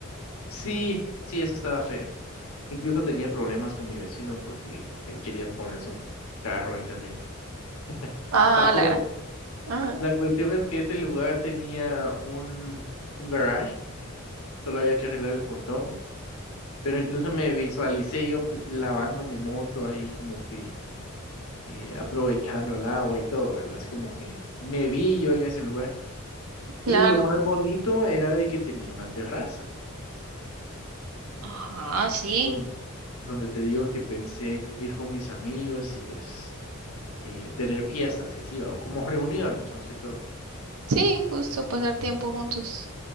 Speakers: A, on the left (about 75°); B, on the right (about 80°).
A: Sí, sí, eso estaba feo. Incluso tenía problemas con mi vecino porque él quería poner su carro ahí también. Va,
B: Ah,
A: pero
B: la gran. Ajá,
A: la cuestión es que este lugar tenía un, un garage, solo había que arreglar el portón pero incluso me visualicé yo pu- lavando mi moto ahí como que eh, aprovechando el agua y todo, ¿verdad? Es como que me vi yo en ese lugar. Y
B: claro.
A: lo más bonito era de que tenía una terraza,
B: Ajá, sí.
A: donde, donde te digo que pensé ir con mis amigos y pues eh, tener fiestas y así, ¿va? o como reuniones más que todo.
B: Sí, justo pasar tiempo juntos.